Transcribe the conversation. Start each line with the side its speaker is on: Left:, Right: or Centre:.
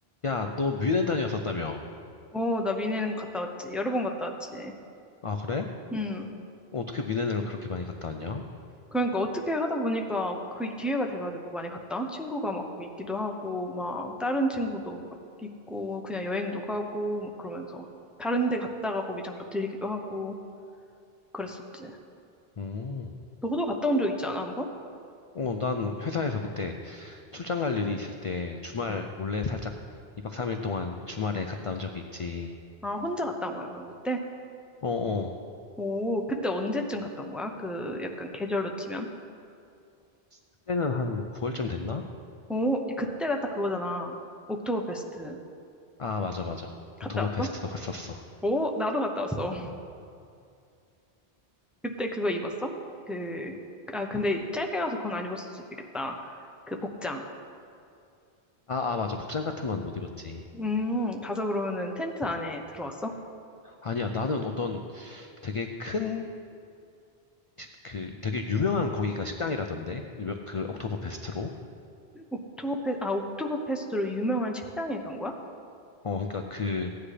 Left: 야, 너 뮌헨 다녀왔었다며?
Centre: 어, 나 미네는 갔다 왔지. 여러 번 갔다 왔지.
Left: 아, 그래?
Centre: 음.
Left: 어떻게 뮌헨을 그렇게 많이 갔다 왔냐?
Centre: 그러니까 어떻게 하다 보니까 그 기회가 돼가지고 많이 갔다. 친구가 막 거기 있기도 하고, 막 다른 친구도 막 있고, 그냥 여행도 가고, 막 그러면서 다른 데 갔다가 거기 잠깐 들리기도 하고, 그랬었지.
Left: 음.
Centre: 너도 갔다 온 적 있지 않아, 한 번?
Left: 어, 난 회사에서 그때 출장 갈 일이 있을 때 주말
Centre: 응.
Left: 몰래 살짝 2박 3일 동안 주말에 갔다 온 적이 있지.
Centre: 아, 혼자 갔다 온 거야, 그럼 그때?
Left: 어어.
Centre: 오, 그때 언제쯤 갔다 온 거야? 그 약간 계절로 치면.
Left: 그때는 한 9월쯤 됐나?
Centre: 오, 이- 그때가 딱 그거잖아. 옥토버페스트.
Left: 아, 맞아, 맞아.
Centre: 갔다
Left: 옥토버
Centre: 왔어?
Left: 페스트도 갔었어.
Centre: 오, 나도 갔다 왔어. 그때 그거 입었어? 그, 아, 근데 짧게 가서 그건 안 입었을 수도 있겠다. 그 복장.
Left: 아, 아, 맞아. 복장 같은 건 못 입었지.
Centre: 음, 가서 그러면은 텐트 안에 들어왔어?
Left: 아니야, 나는 어떤 되게 큰, 시- 그, 되게 유명한 거기가 식당이라던데? 유명, 그, 옥토버 페스트로.
Centre: 옥토버페, 아, 옥토버페스트로 유명한 식당에 간 거야?
Left: 어, 그러니까 그,